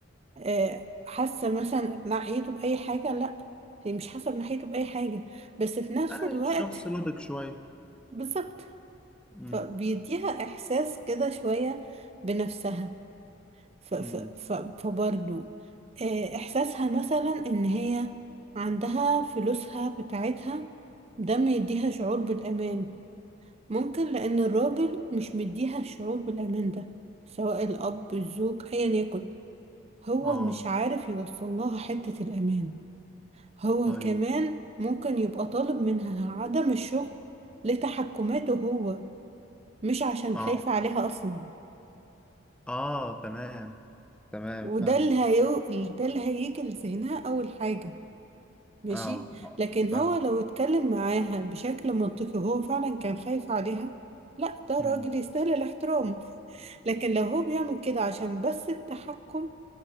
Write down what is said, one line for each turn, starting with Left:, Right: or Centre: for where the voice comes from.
Right: آه، حاسة مثلا ناحيته بأي حاجة لأ هي مش حاسة ناحيته بأي حاجة بس في نفس
Centre: آه،
Right: الوقت
Centre: الشخص لبق شويه
Right: بالظبط
Centre: امم
Right: فبيديها إحساس كده شوية بنفسها ف ف
Centre: امم
Right: ف فبرضو آه، احساسها مثلا ان هي عندها فلوسها بتاعتها ده ما يديها شعور بالامان ممكن لان الراجل مش مديها الشعور بالامان ده سواء الاب الزوج ايا يكن هو
Centre: اه
Right: مش عارف يوصل لها حتة الامان هو
Centre: طيب
Right: كمان ممكن يبقى طالب منها عدم الشغل لتحكماته هو مش عشان
Centre: اه
Right: خايف عليها اصلا
Centre: اه تمام تمام
Right: وده
Centre: فاهم
Right: اللي هيو... ده اللي هيجي لذهنها اول حاجة ماشي
Centre: اه اه
Right: لكن
Centre: فاهم
Right: هو لو اتكلم معاها بشكل منطقي وهو فعلا كان خايف عليها لا ده راجل
Centre: امم
Right: يستاهل الاحترام لكن لو هو بيعمل كده عشان بس التحكم